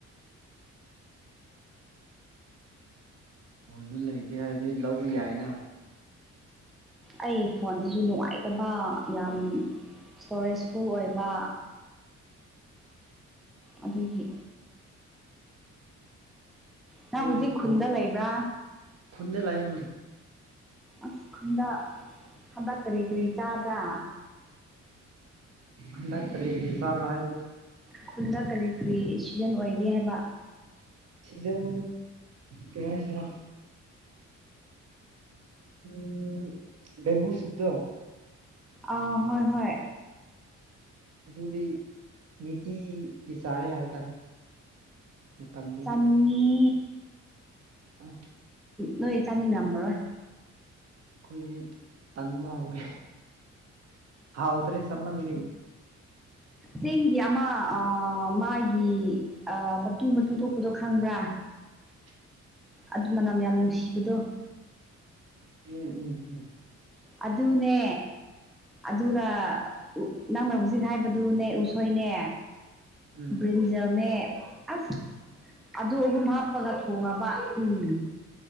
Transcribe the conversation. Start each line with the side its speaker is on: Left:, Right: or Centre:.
Right: <unintelligible> ꯐꯣꯟꯗ ꯂꯩꯇꯦ ꯍꯥꯏꯗꯤ ꯂꯧꯕ ꯌꯥꯏꯅ
Centre: ꯑꯩ ꯐꯣꯟꯁꯤꯁꯨ ꯅꯨꯡꯉꯥꯏꯇꯕ ꯌꯥꯝ ꯏꯁꯇꯣꯔꯦꯖ ꯐꯨꯜ ꯑꯣꯏꯕ ꯑꯗꯨꯒꯤ ꯅꯪ
Right: ꯁꯨꯔꯁ
Centre: ꯍꯧꯖꯤꯛ ꯈꯨꯟꯗ
Right: ꯐꯣꯟ
Centre: ꯂꯩꯕ꯭ꯔꯥ
Right: ꯈꯨꯟꯗ ꯂꯩ ꯎꯝ
Centre: ꯑꯁꯀꯨꯟꯗ ꯍꯥꯕꯛ ꯀꯔꯤ ꯀꯔꯤ ꯆꯥꯕ꯭ꯔꯥ
Right: ꯐꯔꯤꯗ ꯀꯔꯤ ꯀꯔꯤ ꯁꯥꯕꯔꯗꯤ
Centre: ꯈꯨꯟꯗ ꯀꯔꯤ ꯀꯔꯤ ꯁꯤꯖꯟ ꯑꯣꯏꯒꯦ ꯍꯥꯏꯕ
Right: ꯁꯤꯖꯟ ꯀ ꯍꯥꯏꯁꯤꯔ ꯎꯝ ꯕꯦꯝꯕꯨ ꯁꯨꯠꯇꯣ
Centre: ꯑꯥ ꯍꯣꯏ ꯍꯣꯏ
Right: ꯑꯗꯨꯗꯤ ꯅꯤꯇꯤꯒꯤ ꯆꯥꯔꯦ ꯍꯥꯏꯕ ꯇꯥꯔꯦ ꯃꯇꯝꯅꯤꯅ
Centre: ꯆꯃꯤ
Right: ꯑ
Centre: ꯅꯣꯏ ꯆꯥꯅꯤꯡꯉꯝꯕ꯭ꯔꯣꯏ
Right: ꯑꯩꯈꯣꯏꯗꯤ ꯇꯟꯕ ꯍꯧꯔꯦ ꯍꯥꯎ ꯎꯇꯔꯦ ꯁꯃꯗꯤ
Centre: ꯆꯤꯡꯒꯤ ꯑꯃ ꯃꯥꯒꯤ ꯃꯇꯨ ꯃꯇꯨ ꯊꯣꯛꯄꯗꯣ ꯈꯪꯕ꯭ꯔꯥ
Right: <unintelligible>
Centre: ꯑꯗꯨ ꯃꯅꯝ ꯌꯥꯝ ꯅꯨꯡꯁꯤꯕꯗꯣ
Right: ꯎꯝ ꯎꯝ ꯎꯝ
Centre: ꯑꯗꯨ ꯑꯗꯨꯅꯦ ꯑꯗꯨꯒ ꯅꯪꯅ ꯍꯧꯖꯤꯛ ꯍꯥꯏꯕꯗꯨꯅꯦ ꯎꯁꯣꯏꯅꯦ
Right: ꯎꯝ
Centre: ꯭ꯔꯤꯟꯖꯅꯦ ꯑꯁ ꯑꯗꯨ ꯑꯍꯨꯝ ꯍꯥꯞꯄꯒ ꯊꯣꯉꯕ ꯎꯝ